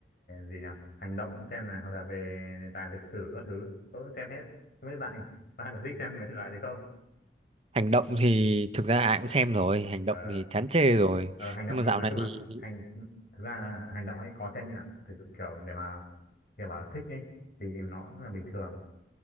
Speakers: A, on the left; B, on the right.
A: gì nhỉ hành động xem này hoặc là về đề tài lịch sử các thứ tôi cũng xem hết không biết bạn <laughs> bạn có thích xem mấy thể loại đấy không
B: hành động thì thực ra ai cũng xem rồi hành
A: ờ,
B: động thì chán chê rồi
A: ờ, hành động
B: nhưng mà
A: thì
B: dạo
A: nói
B: này
A: chung là
B: thì
A: hành thực ra là hành động ấy có xem như là thực sự kiểu để mà kiểu bảo thích ấy thì nó cũng là bình thường